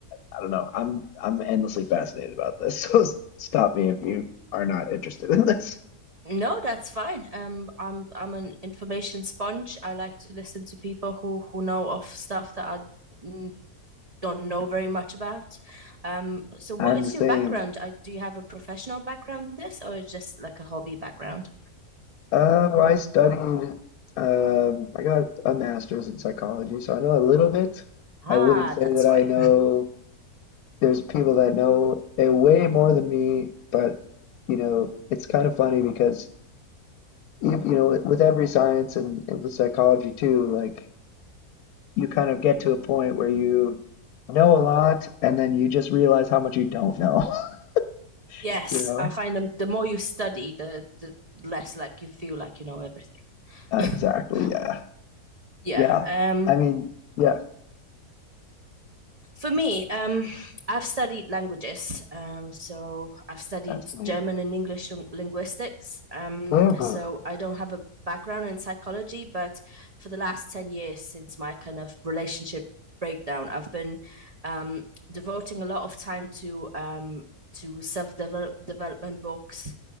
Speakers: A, on the left (about 75°); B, on the right (about 70°).
A: I don't know. I'm I'm endlessly fascinated about this. <laughs> So stop me if you are not interested in this.
B: No, that's fine. Um, I'm I'm an information sponge. I like to listen to people who who know of stuff that I mm, don't know very much about. Um, so what
A: I'm
B: is
A: the same.
B: your background? I, do you have a professional background in this or just like a hobby background?
A: Uh, well, I studied, um, I got a master's in psychology, so I know a little bit.
B: Ah,
A: I wouldn't say
B: that's
A: that I
B: why.
A: know, there's people that know a way more than me, but, you know, it's kind of funny because, ev- you know, with every science and, and with psychology too, like, you kind of get to a point where you know a lot and then you just realize how much you don't know, <laughs>
B: Yes,
A: you know?
B: I find the, the more you study, the the less like you feel like you know everything.
A: Exactly,
B: <laughs>
A: yeah.
B: Yeah.
A: Yeah.
B: Um,
A: I mean, yeah,
B: For me, um, I've studied languages. Um, so I've studied
A: fascinating.
B: German and English lin- linguistics. Um,
A: Very good.
B: so I don't have a background in psychology, but for the last 10 years since my kind of relationship breakdown, I've been um, devoting a lot of time to um, to self development books,